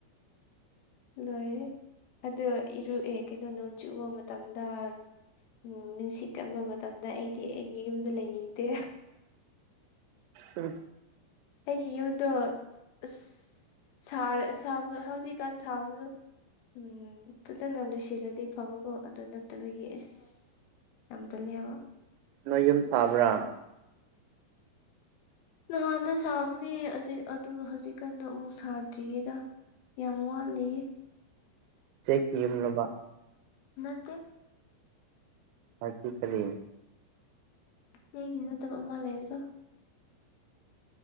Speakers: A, on the left; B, on the right.
A: ꯂꯣꯏꯔꯦ ꯑꯗ ꯏꯔꯨꯑꯦ ꯀꯩꯅꯣ ꯅꯣꯡ ꯆꯨꯕ ꯃꯇꯝꯗ ꯎꯝ ꯅꯨꯡꯁꯤꯠ ꯀꯟꯕ ꯃꯇꯝꯗ ꯑꯩꯗꯤ ꯑꯩꯒꯤ ꯌꯨꯝꯗ ꯂꯩꯅꯤꯡꯗꯦ
B: ꯎ
A: ꯑꯩꯒꯤ ꯌꯨꯝꯗꯣ ꯑ ꯁꯥꯕ ꯍꯧꯖꯤꯛꯀꯥꯟ ꯁꯥꯕꯗ ꯎꯝ ꯐꯖꯅ ꯂꯣꯏꯁꯤꯜꯂꯗꯤ ꯐꯕꯀꯣ ꯑꯗꯨ ꯅꯠꯇꯕꯒꯤ ꯑꯦꯁ ꯌꯥꯝꯝ ꯇ ꯂ ꯍꯥꯏꯕ
B: ꯅꯣꯏ ꯌꯨꯝ ꯁꯥꯕ꯭ꯔꯥ
A: ꯅꯍꯥꯟꯗ ꯁꯥꯕꯅꯦꯛ ꯑꯗꯨ ꯍꯧꯖꯤꯛꯀꯥꯟꯗꯣ ꯑꯃꯨꯛ ꯁꯥꯗ꯭ꯔꯤꯌꯦꯗ ꯌꯥꯝ ꯋꯥꯠꯂꯤ
B: ꯆꯦꯛ ꯀ ꯌꯨꯝꯂꯕ
A: ꯅꯠꯇꯦ
B: ꯍꯧꯗꯤ ꯀꯔꯤ
A: ꯏꯆꯦꯒꯤ ꯅꯠꯇꯕ ꯑꯃ ꯂꯩꯕꯗꯣ